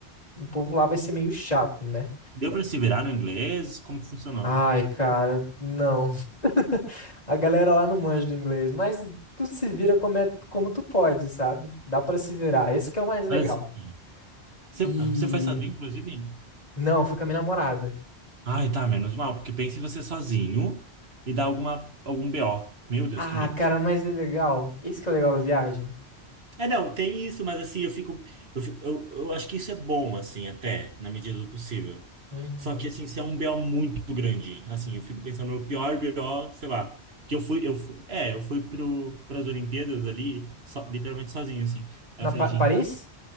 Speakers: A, on the left (about 35°); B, on the right (about 70°).
A: o povo lá vai ser meio chato, né?
B: Deu para se virar no inglês? Como que funcionou?
A: Ai, cara, não. <laughs> A galera lá não manja do inglês, mas tu se vira como, é, como tu pode, sabe? Dá pra se virar. Esse que é o mais legal.
B: Mas, assim, você,
A: E
B: ah, você foi sozinho, inclusive?
A: não, fui com a minha namorada.
B: Ai, tá, menos mal, porque pense você sozinho e dá alguma, algum BO. Meu Deus,
A: Ah,
B: que medo.
A: cara, mas é legal. Esse que é o legal da viagem.
B: É, não, tem isso, mas assim, eu fico, eu fico- eu, eu acho que isso é bom, assim, até, na medida do possível.
A: Uhum.
B: Só que, assim, se é um BO muito grande, assim, eu fico pensando no pior BO, sei lá, que eu fui, eu fui, é, eu fui pro, pras Olimpíadas ali, só- literalmente sozinho, assim.
A: Na
B: Aí eu falei,
A: Pa-
B: gente,
A: Paris?